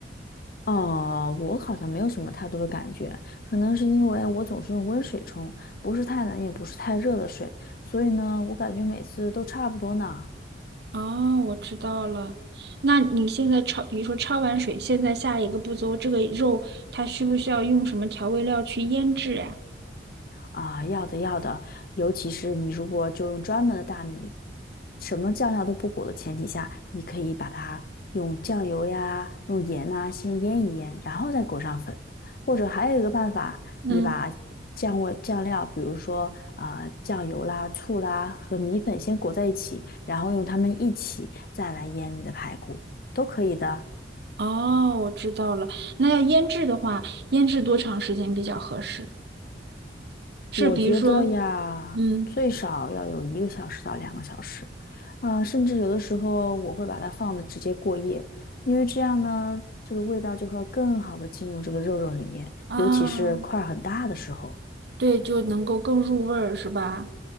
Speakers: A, on the left; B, on the right.
A: 哦，我好像没有什么太多的感觉，可能是因为我总是用温水冲，不是太冷也不是太热的水，所以呢，我感觉每次都差不多呢。
B: 哦，我知道了。那你现在焯，比如说焯完水，现在下一个步骤，这个肉它需不需要用什么调味料去腌制呀？
A: 啊，要的要的，尤其是你如果就用专门的大米，什么酱料都不裹的前提下，你可以把它用酱油呀、用盐呐、先腌一腌，然后再裹上粉。或者还有一个办法，
B: 嗯。
A: 你把酱味酱料，比如说啊、酱油啦、醋啦和米粉先裹在一起，然后用它们一起再来腌你的排骨，都可以的。
B: 哦，我知道了。那要腌制的话，腌制多长时间比较合适？是比如说，
A: 我觉得呀，
B: 嗯
A: 最少要有一个小时到两个小时，啊、甚至有的时候我会把它放的直接过夜，因为这样呢，这个味道就会更好的进入这个肉肉里面，
B: 啊，
A: 尤其是块儿很大的时候。
B: 对，就能够更入味儿，是吧？